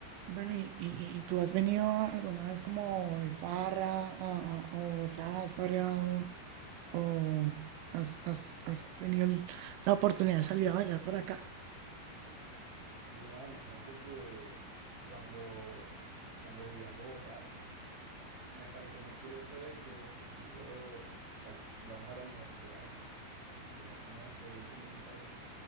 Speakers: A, on the right (about 85°); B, on the right (about 35°).
A: Bueno, ¿y, y, y tú has venido alguna vez como de farra a, a- a Bogotá? ¿Has farreado o has, has- has tenido el- la oportunidad de salir a bailar por acá?
B: Sí, no, imagínate que cuando, cuando vivía en Bogotá, me parecía muy curioso de que, por ejemplo, sal- íbamos a la universidad, ¿no? Digamos, primer semestre, bien primíparos.